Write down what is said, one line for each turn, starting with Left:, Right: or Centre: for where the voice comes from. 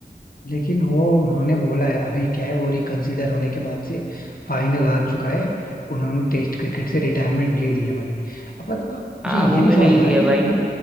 Left: लेकिन वो उन्होंने बोला है अभी क्या है वो रिकंसिडर होने के बाद से फाइनल हार चुका है उन्होंने टेस्ट क्रिकेट से रिटायरमेंट ले लिया भाई अब अब अब
Centre: हाँ
Left: मुझे ये
Centre: वो
Left: नहीं
Centre: तो
Left: समझ
Centre: ले ही
Left: में
Centre: लिया
Left: आ रहा है, ये
Centre: भाई
Left: इतना